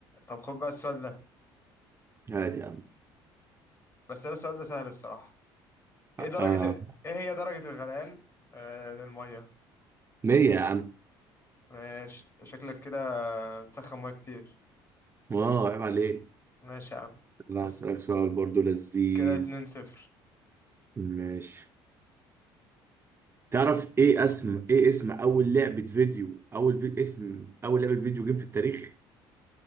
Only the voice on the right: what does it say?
هات يا عم
آه
مية يا عم
اه عيب عليك
لا
هسألك سؤال برضو لذيذ
ماشي تعرف ايه اسم ايه اسم اول لعبة فيديو اول في... اسم اول لعبة فيديو جيم في التاريخ